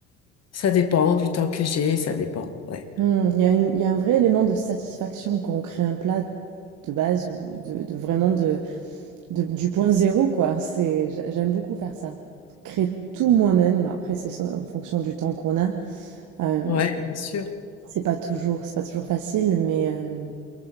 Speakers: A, on the left; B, on the right.
A: Ça dépend du temps que j'ai. Ça dépend. Ouais.
B: Mmh, Il y a une- il y a un vrai élément de satisfaction quand on crée un plat de base ou de, de vraiment de, de- du point zéro, quoi. C'est, j'a- j'aime beaucoup faire ça. Créer tout moi-même. Après, c'est ça, en fonction du temps qu'on a. Euh,
A: Ouais, bien sûr.
B: c'est pas toujours, c'est pas toujours facile, mais, euh,